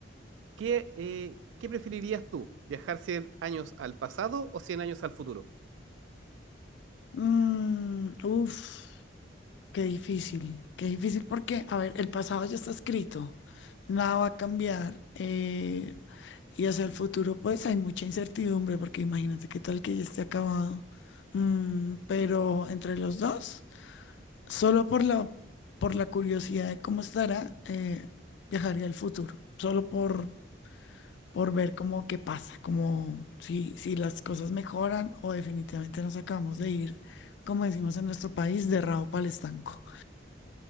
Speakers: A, on the right; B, on the left.
A: ¿Qué, eh, qué preferirías tú? ¿Viajar 100 años al pasado o 100 años al futuro?
B: Mm, uf. Qué difícil, qué difícil porque, a ver, el pasado ya está escrito, nada va a cambiar. eh, y hacia el futuro, pues hay mucha incertidumbre porque imagínate qué tal que ya esté acabado. Mm, pero entre los dos, solo por la, por la curiosidad de cómo estará, eh, viajaría al futuro, solo por, por ver cómo qué pasa, como si, si las cosas mejoran o definitivamente nos acabamos de ir, como decimos en nuestro país, de rabo para el estanco.